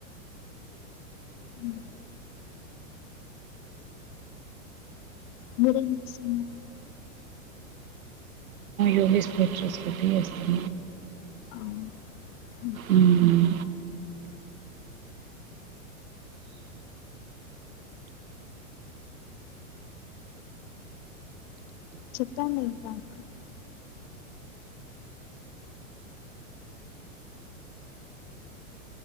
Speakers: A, on the left (about 40°); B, on the right (about 75°).
A: ఉమ్ మీర్ ఇంగ్లీషులో ఏంటి?
B: యోగిస్ ప్రచస్కటీ చేస్తున
A: అవునా
B: ఉమ్
A: చెప్పండి ఇంకా అక్క